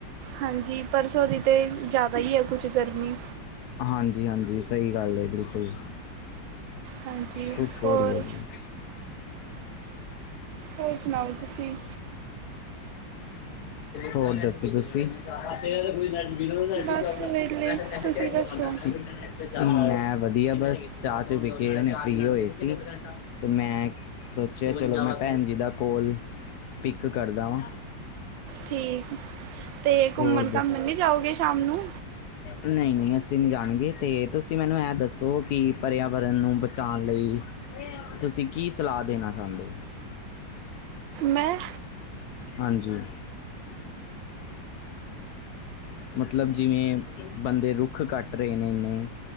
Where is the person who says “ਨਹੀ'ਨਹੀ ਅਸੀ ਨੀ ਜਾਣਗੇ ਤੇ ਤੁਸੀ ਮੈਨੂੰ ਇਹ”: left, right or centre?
Left